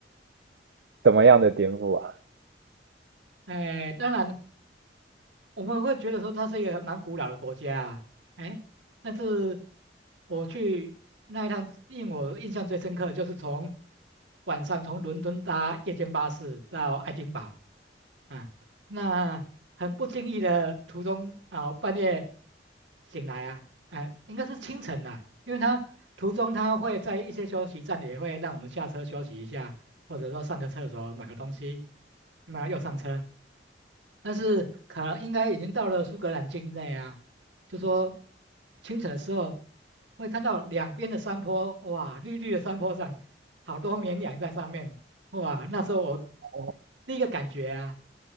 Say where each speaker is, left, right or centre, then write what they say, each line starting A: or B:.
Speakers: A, on the right; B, on the right.
A: 怎么样的颠覆啊？
B: 一哎，当然，我们会觉得说它是一个蛮古老的国家啊，哎，但是我去那一趟，令我印象最深刻的就是从晚上从伦敦搭夜间巴士到爱丁堡，啊，那很不经意的途中啊，半夜醒来啊，哎，应该是清晨啦、因为他途中他会在一些休息站也会让我们下车休息一下，或者说上个厕所买个东西，那又上车。但是可能应该已经到了苏格兰境内啊，就说清晨的时候会看到两边的山坡，哇，绿绿的山坡上好多绵羊在上面，哇，那时候我
A: 哦，
B: 第一个感觉啊，